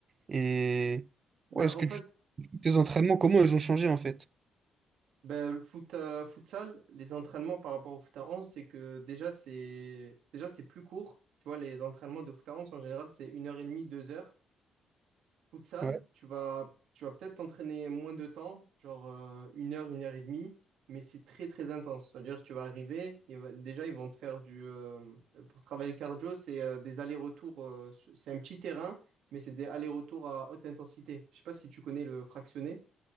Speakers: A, on the right; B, on the right.
A: Et
B: Ben,
A: ouais, est-ce
B: en
A: que
B: fait,
A: tu... tes entraînements, comment ils ont changé en fait?
B: ben, le foot, à- futsal, les entraînements par rapport au foot à 11 c'est que déjà, c'est déjà c'est plus court. Tu vois, les entraînements de foot à 11 en général, c'est une heure et demie, deux heures. Futsal,
A: Ouais,
B: tu vas, tu vas peut-être t'entraîner moins de temps, genre euh, une heure, une heure et demie, mais c'est très très intense. C'est-à-dire que tu vas arriver, il va- déjà ils vont te faire du... euh, pour travailler le cardio, c'est euh, des allers-retours, euh, sur- c'est un petit terrain, mais c'est des allers-retours à haute intensité. Je sais pas si tu connais le fractionné.